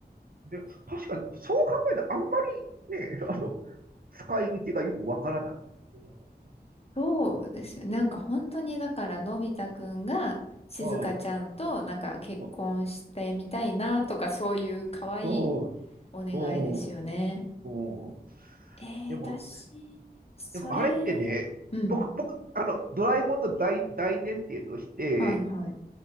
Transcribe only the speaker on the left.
そうですよ。なんか本当にだからのび太くんが静香ちゃんとなんか結婚してみたいなとかそういう可愛い
お願いですよね。
えー、
私、それ、
うん。
はいはい。